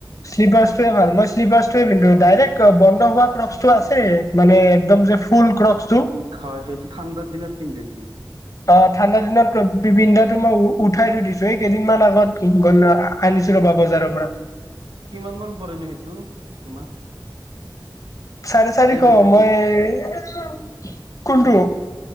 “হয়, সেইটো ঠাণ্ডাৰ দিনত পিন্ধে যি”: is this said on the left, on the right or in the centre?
Right